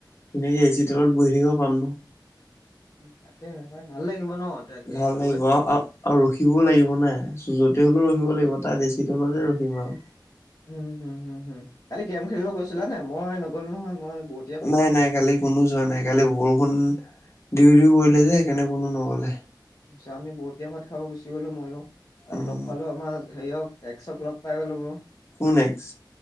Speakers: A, on the left; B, on the left.
A: সেনেকে এ চি তেলত বহি থাকিব পাম ন।
B: তাকেহে ভাই ভাল লাগিব ন। তাকে
A: ভাল লাগিব
B: গৈ
A: অ' আৰু ৰখিবও লাগিব না চুজতে হলেও ৰখিব লাগিব তাৰ এ ছি তলতে ৰখিম আৰু
B: উম, হম, হম, হম কালি গেম খেলিব গৈছিলা নে মই নগ'লো নহয় মই বহুত
A: নাই, নাই কালি কোনো যোৱা নাই কালি বৰষুণ দিও দিও কৰিলে যে সেইকাৰণে কোনো নগলে।
B: তাৰপিছত আমি বৰটীয়া ভাত খাব গুচি গলো মইয়ো তাত
A: উম
B: লগ পালো আমাৰ হেৰিয়ক একশক লগ পাই গ'লো মোৰ।
A: কোন এক্স?